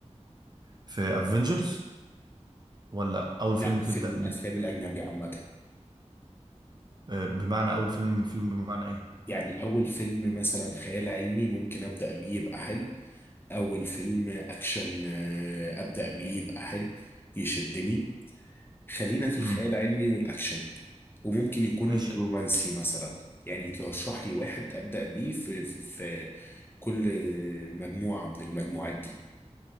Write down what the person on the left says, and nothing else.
لا
في الافلام
الاجنبي عامه
يعني اول فيلم مثلا خيال علمي ممكن ابدا بيه يبقى حلو اول فيلم اكشن آه، ابدا بيه يبقى حلو يشدني خلينا في
الخيال العلمي والاكشن وممكن يكون
رومانسي مثلا يعني ترشح لي واحد ابدا بيه في في, في كل مجموعه من المجموعات دي